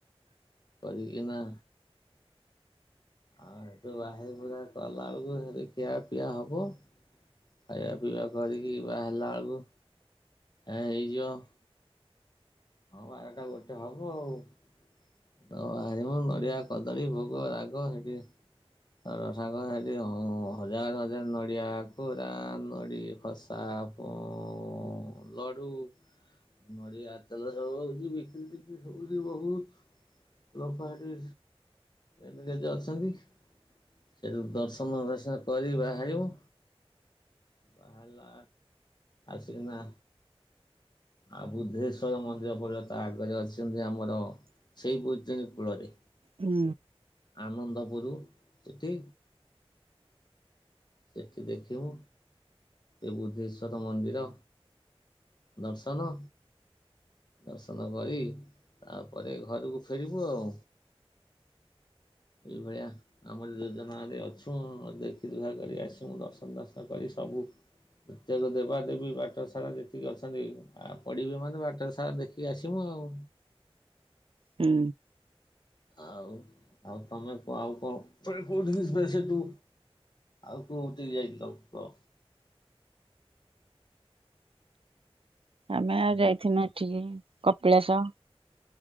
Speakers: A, on the left; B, on the right.
A: କରିକିନା ଆଁ ହେଠୁ ବାହାରି ବୁହୁରା କଲା ବେଳକୁ ସେଠି ଖିଆ ପିଆ ହବ। ଖାଇବା ପିଇବା କରିକି ବାହାରିଲା ବେଳକୁ ଏ ହେଇଯିବ। ହଁ ପା ଏଟା ଗୋଟେ ହେବ ଆଉ। ତମେ ବାହାରିବ ଆଉ ନଡ଼ିଆ କଦଳୀ ଭୋଗ ରାଗ ସେଠି ଆଉ ସାଙ୍ଗ ମାନେ ହେଠି ହଜାର ହଜାର ନଡ଼ିଆ କୋରା ନଡ଼ିଆ ଖସ୍ ତାପ ଅଁ ଲଡ଼ୁ ନଡ଼ିଆ ତେଲ ସବୁବେଳେ ହେଉଚି ବିକ୍ରିି ଫିକି ସବୁ ବହୁତ ଲୋକ ହେଠି ଏନଗେଜ ଅଛନ୍ତି। ସେଠୁ ଦର୍ଶନ ଦର୍ଶା କରି ବାହାରିବୁ। ବାହାରିଲା ଆସିକିନା ଆଉ ବୁଦ୍ଧେଶ୍ୱର ମନ୍ଦିର ପଡ଼ିବ ତା ଆଗରେ ଅଛନ୍ତି ଆମର ସେଇ ବୈତରଣୀ କୂଳରେ।
B: ହୁଁ
A: ଆନନ୍ଦପୁର ସେଠି ସେଠି ଦେଖିବୁ ଏ ବୁଦ୍ଧେଶ୍ଵରମନ୍ଦିର। ଦର୍ଶନ ଦର୍ଶନ କରି ତାପରେ ଘରକୁ ଫେରିବୁ ଆଉ ଏଇ ଭଳିଆ ଆମର ଯୋଜନାରେ ଅଛୁ ଦେଖି ଦେୁଖା କରି ଆସଛୁ ଦର୍ଶନ ଫର୍ଶନ କରି ସବୁ ପ୍ରତ୍ୟେକ ଦେବା ଦେବୀ ବାଟ ସାରା ଯେତିକି ଅଛନ୍ତି ଆଉ ପଡିବ ମାନେ ବାଟରେ ସାରା ଦେଖିକି ଆସିବୁ ଆଉ
B: ହୁଁ
A: ଆଉ ଆଉ ତମେ କ ଆଉ କଣ କୋଉଠି ଯିବେ ସେଠୁ ଆଉ କୋଉ ଠିକି ଯାଇଥିଲ କୁହ
B: ଆମେ ଆଉ ଯାଇଥିଲୁ ଏଠିକି କପିଳାଶ